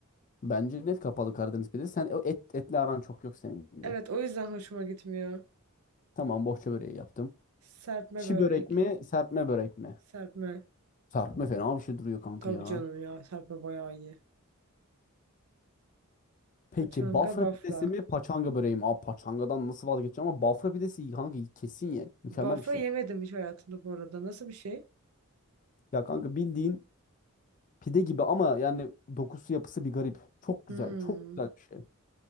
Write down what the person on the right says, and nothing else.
Evet o yüzden hoşuma gitmiyor.
Serpme
börek.
Serpme.
Tabii
canım ya serpme bayağı iyi.
Paçanga
bafra.
Bafra
yemedim hiç hayatımda bu arada. Nasıl bir şey?
Hmm.